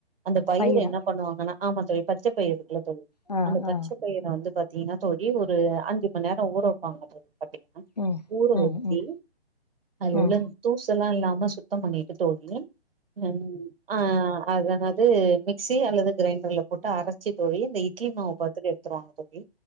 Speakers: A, on the right (about 60°); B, on the left (about 40°).
A: அந்த பயிர
B: பயிரா
A: என்ன பண்ணுவாங்கன்னா ஆமா தோழி பச்ச பயர் இருக்குல்ல தோழி
B: ஆ
A: அந்த பச்ச
B: ஆ
A: பயர் வந்து பாத்திங்கன்னா தோழி ஒரு அஞ்சு மண் நேரோ ஊர வெப்பாங்க தோழி <inaudible>
B: ம்
A: ஊற
B: ம்
A: வச்சி
B: ம்
A: அது
B: ம்
A: <inaudible> தூசலா இல்லாம சுத்தம் பண்ணிட்டு <inaudible> ம் ஆ அதனது மிக்சி அல்லது கிரைண்டர்ல போட்டு அரச்சி தோழி இந்த இட் ட்லி மாவு பாத்துக்க எடுத்தருவாங்கா தோழி